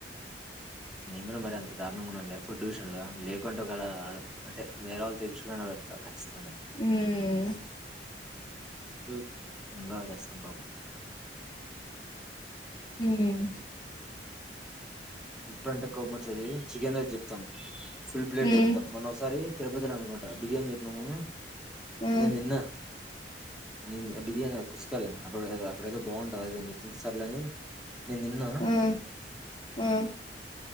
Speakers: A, in the centre; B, on the left.
A: నేను కూడా మరి అంత దారుణంగా ఉండను లే ఫుడ్ విషయంలో లేప్ కొంటవ్ గదా ఆ ప్త్ అంటే వేరే వాళ్ళ తో కలిసి అయినా కడతా ఖచ్చితంగా
B: మ్మ్
A: తిన్నది కచ్చితంగా పాపం
B: మ్మ్ హ్హ్
A: <unintelligible> ఎప్పుడంటే కోపం వచ్చేది చికెన్ దే చెప్తం ఫుల్ ప్లేట్
B: ఉమ్
A: చేప్తా మొన్నొసారి తిరుపతిలో అనుకుంటా బిర్యానీ చెప్పినాను
B: హ్మ్
A: నేను తిన్నా నేను తిన్నది బిర్యానీ అది కుసుకాయల అప్పుడు పడదా అప్పుడైతే బాగుంటది అదేని చెప్పేసి సర్లే అని నేను తిన్నా
B: హ్మ్ హ్మ్